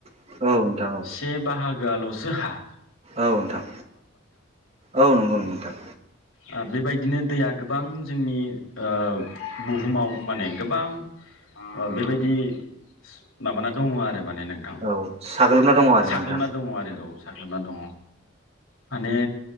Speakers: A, on the right; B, on the left.
A: नोंथां
B: से बाहागो आल'सो जोहा
A: औ नोंथां औ नंगौ नंगौ नोंथां
B: ओ बेबायदिनो दैया गोबां जोंनि ओ बुहुमाव माने गोबां ओ बेबायदि माबाना दङ आरो माने ने नोंथां
A: औ साग्लोबना दङ आरो
B: साग्लोबना
A: नोंथां
B: दङ आरो औ साग्लोबना दङ माने